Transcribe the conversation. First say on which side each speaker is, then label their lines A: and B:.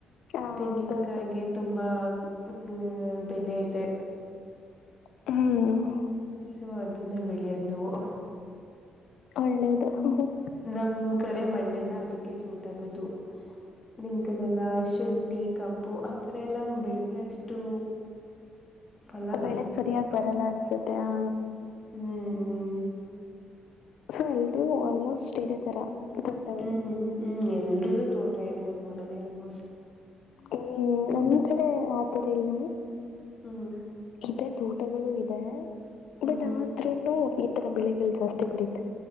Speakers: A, on the left; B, on the left.
A: ಹೌದೌದು
B: ತೆಂಗಿನಕಾಯಗೆ ತುಂಬಾ ಹ್ಮ್ ಬೆಲೆ ಇದೆ
A: ಹ್ಮ
B: ಹಸು ಅದನ್ನ ಬೆಳಿಯೋದ್ ನೋವು
A: ಒಳ್ಳೇದು ಹ
B: ನಮ್ ಕಡೆ ಮ ಅದಕ್ಕೆ ಸೂಟ್ ಆಗದು ನಿಮ ಕಡೆಲ್ಲ ಶುಂ ಟೀ ಕಬ್ಬು ಆತರ ಎಲ್ಲ ಬಿಳಿದ್ರೆ ಅಷ್ಟು ಫಲ
A: ಬೆಳೆಗ್
B: ಬ
A: ಸರಿಯಾಗಿ ಬರಲ್ಲ ಅನ್ಸುತ್ತೆ ಆ
B: ಹ್ಮ್
A: ಸೊ ಎಲ್ರೂ ಆಲ್ಮೋಸ್ಟ್ ಇದೇ ತರ ತೋಟಗಳು
B: ಹ್ಮ್ ಹ್ಮ್ ಹ್ಮ್ ಎಲ್ರುದುೂ ತೋಟ ಇದೆ ನಮ್ಮ ಆಲ್ಮೋಸ್ಟ್
A: ಹ್ಮ್ ನಮ್ ಕಡೆ ಆ ತರ ಇಲ್ಲ
B: ಹ್ಮ್
A: ಇದೇ ತೋಟಗಳು ಇದೆ
B: ಹ್ಮ್
A: ಬಟ್ ಆದ್ ಈ ತರ ಬೆಳೆಗಳು ಜಾಸ್ತಿ ಬೆಳೀತೆ